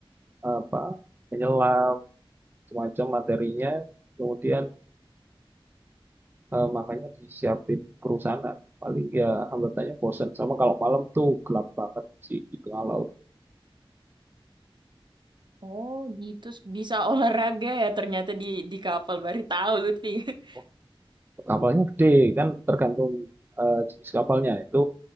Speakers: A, on the right (about 20°); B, on the right (about 55°).
A: apa menyelam semacam materinya kemudian eh, makanya disiapin kru sana paling ya hambatannya bosen sama kalau malam tuh gelap banget sih di tengah laut
B: Oh, gitu. Bisa olahraga ya ternyata di di kapal. Baru tahu Lutfi. <laughs>
A: Oh, kapalnya gede kan tergantung eh, jenis kapalnya itu